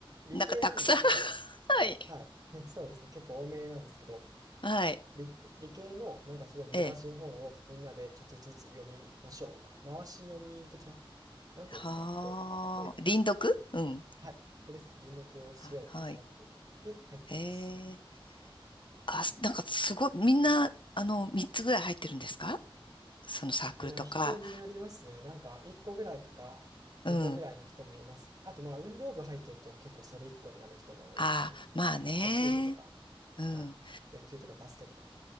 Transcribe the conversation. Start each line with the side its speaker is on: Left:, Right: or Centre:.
Right: 理系なんですけど、
Left: なんかたくさん <laughs> はい、
Right: はい、<laughs> そうですね、結構多めなんですけど、
Left: はい、
Right: 理、理系のなんかすごい難しい本をみんなでちょっとずつ読みましょうみたいな。
Left: ええ。
Right: 回し読み的な、なんていうんですかね。
Left: はあ、
Right: こう、で、
Left: 輪読うん。
Right: はい、僕ですね。輪読をしようっていうサークルに入ってます。
Left: ははい。ええ。あ、すなんかすごい、みんな、あの、3つぐらい入ってるんですかそのサークルとか。
Right: あ、いや、人によりますね。なんか1個ぐらいとか2個ぐらいの人もいます。
Left: うん。
Right: あとまあ運動部入ってると結構それ1個になる人も多いかなと思います。
Left: ああ、まあね。
Right: 野球部とか、
Left: うん。
Right: はい。野球とかバスケとか。